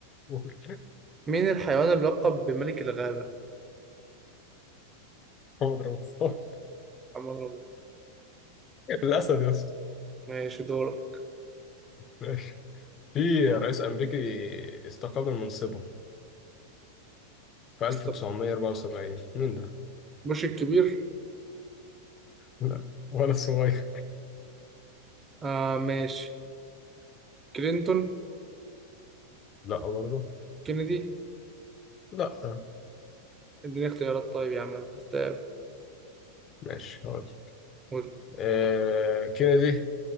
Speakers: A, on the left; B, on the right.
A: قول.
B: مين الحيوان اللقب بملك الغابة؟
A: محمد رمضان
B: محمد رمضان
A: <laughs> الأسد يا اسطى
B: ماشي دورك
A: ماشي في رئيس أمريكي استقال من منصبه في 1974
B: استر
A: مين ده؟
B: بوش الكبير
A: لا ولا صغير
B: آه ماشي كلينتون
A: لا برضه
B: كينيدي
A: لا
B: اديني اختيارات طيب يا عم انت استاب
A: ماشي هقول لك.
B: قلت
A: آه كينيدي